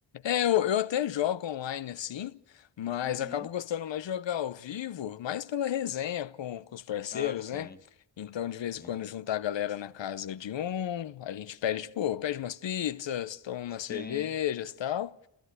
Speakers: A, on the left; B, on the left.
A: É, eu, eu até jogo online assim, mas
B: Uhum.
A: acabo gostando mais de jogar ao vivo, mais pela resenha com, com os parceiros,
B: Ah, sim,
A: né? Então, de vez
B: sim.
A: em quando, juntar a galera na casa de um, a gente pede, tipo, pede umas pizzas, toma umas cervejas,
B: Sim.
A: tal.